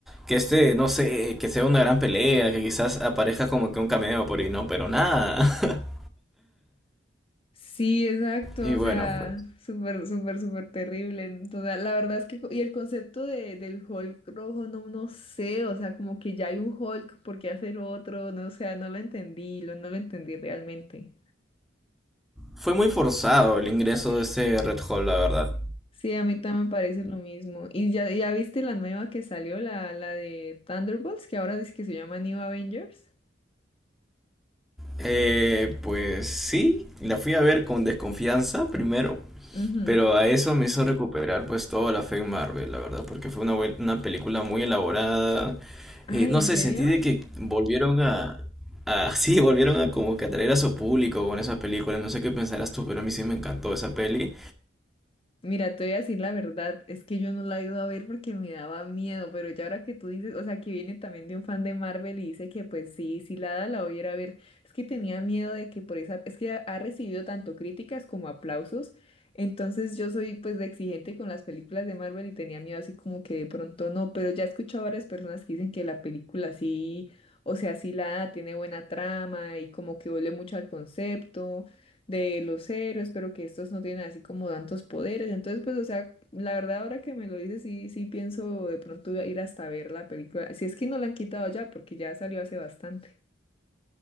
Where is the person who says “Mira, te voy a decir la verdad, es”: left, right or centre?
Left